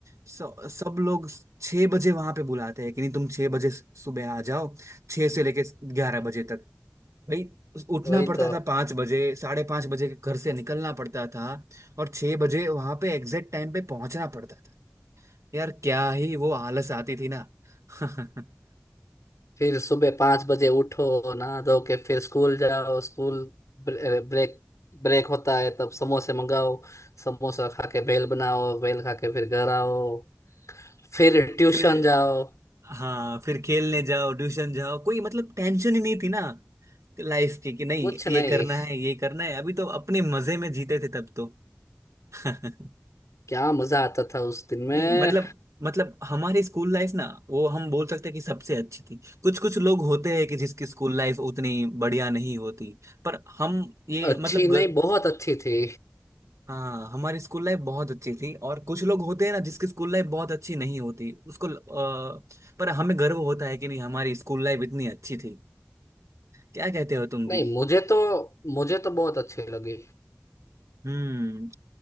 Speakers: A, on the right (about 80°); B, on the left (about 85°).
A: स- सब लोग छह बजे वहां पे बुलाते हैं कि नहीं तुम छह बजे सुबह आ जाओ छह से लेके ग्यारह बजे तक भाई उस- उठना
B: वही
A: पड़ता
B: तो
A: था पाँच बजे साढ़े पाँच बजे के घर से निकलना पड़ता था और छह बजे वहां पे एग्जैक्ट टाइम पे पहुंचना पड़ता था यार क्या ही वो आलस आती थी ना <laughs>
B: फिर सुबह पाँच बजे उठो नहा धो के फिर स्कूल जाओ स्कूल ब्रेक ब्रेक होता है तब समोसे मंगाओ समोसा खा के भेल बनाओ भेल खा के फिर घर आओ फिर ट्यूशन
A: फिर
B: जाओ
A: हाँ फिर खेलने जाओ ट्यूशन जाओ कोई मतलब टेंशन ही नहीं थी ना लाइफ की कि नहीं
B: कुछ नहीं
A: ये करना है ये करना है अभी तो अपने मजे में जीते थे तब तो <laughs>
B: क्या मजा आता था उस दिन में
A: नहीं मतलब मतलब हमारी स्कूल लाइफ ना वो हम बोल सकते हैं कि सबसे अच्छी थी कुछ कुछ लोग होते हैं कि जिसकी स्कूल लाइफ उतनी बढ़िया नहीं होती पर हम ये
B: अच्छी
A: मतलब
B: नहीं
A: ग,
B: बहुत अच्छी थी
A: हाँ हमारी स्कूल लाइफ बहुत अच्छी थी और कुछ लोग होते हैं ना जिसकी स्कूल लाइफ बहुत अच्छी नहीं होती उसको अ, पर हमें गर्व होता है कि नहीं हमारी स्कूल लाइफ इतनी अच्छी थी क्या कहते हो तुम
B: नहीं
A: भी
B: मुझे तो मुझे तो बहुत अच्छी लगी
A: हम्म